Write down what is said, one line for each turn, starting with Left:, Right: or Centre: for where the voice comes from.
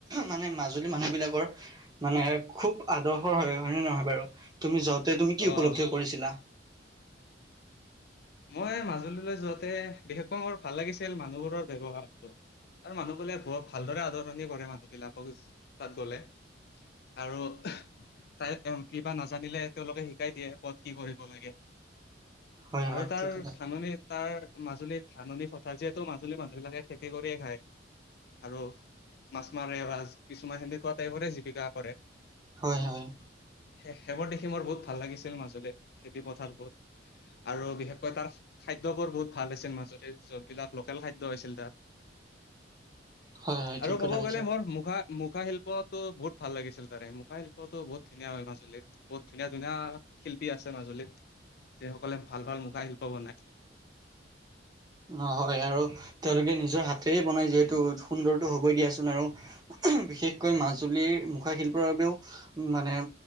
Right: মানে মাজুলী মানুহ বিলাকৰ মানে খুব আদৰ্শৰ হয়। হয় ন -নহয় বাৰু তুমি যওঁতে তুমি কি
Left: অ
Right: উপলব্ধি কৰিছিলা?
Left: মই মাজুলীলৈ যোৱাতে বিশেষকৈ মোৰ ভাল লাগিছিল মানুহবোৰৰ ব্য্ৱহাৰটো। আৰু মানুহ বোলে বহুত ভালদৰে আদৰণি কৰে মানুহবিলাকক তাত গলে। আৰু তাই কিবা নাজানিলে তেওঁলোকে শিকাই দিয়ে ক'ত কি কৰিব লাগে।
Right: হয়
Left: আৰু
Right: হয়
Left: তাৰ
Right: ঠিক কথা
Left: ধাননি তাৰ মাজুলীত ধাননি পথা যিহেতু মাজুলী মানুহ বিলাকে খেতি কৰিয়ে খায়। আৰু মাছ মাৰে বা কিছুমান সেনেকুৱা টাইপৰে জীৱিকা কৰে।
Right: হয়, হয়।
Left: এ সেইবোৰ দেখি মোৰ বহুত ভাল লাগিছিল মাজুল খেতি পথাৰ বোৰ। আৰু বিশেষকৈ তাৰ খাদ্যবোৰ বহুত ভাল আছিল মাজতে লোকেল খাদ্য হৈছিল তাত
Right: হয় হয়
Left: আৰু
Right: ঠিক কথা
Left: ক'ব
Right: কৈছা
Left: গ'লে মোৰ মুখা মুখা শিল্পতো বহুত ভাল লাগিছিল তাৰে মুখা শিল্পতটো বহুত ধুনীয়া হয় মাজুলীত বহুত ধুনীয়া ধুনীয়া শিল্পী আছে মাজুলীত যিসকলে ভাল, ভাল মুখা শিল্প বনায়।
Right: অ, হয় আৰু তেওঁলোকে নিজৰ হাতেৰে বনাই যিহেতু সুন্দৰটো হবই দিয়াচোন আৰু বিশেষকৈ মাজুলীৰ মুখা শিল্পৰ বাবেও মানে